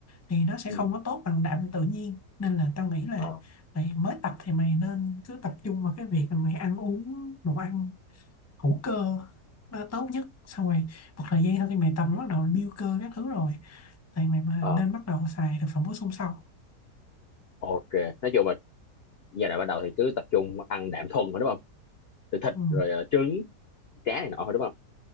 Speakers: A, on the left; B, on the left.
A: thì nó sẽ
B: Ừ.
A: không có tốt bằng đạm tự nhiên nên là tao nghĩ là
B: Ờ
A: mày mới tập thì mày nên cứ tập trung vào cái việc là mày ăn uống đồ ăn hữu cơ nó tốt nhất xong rồi một thời gian sau khi mày tập nó bắt đầu build cơ các thứ rồi thì mày mà
B: ờ.
A: nên bắt đầu xài thực phẩm bổ sung sau
B: Ok, nói chung là giai đoạn ban đầu thì cứ tập trung ăn đạm thuần thôi đúng không? Từ thịt
A: ừ,
B: rồi ờ, trứng, cá này nọ thôi đúng không?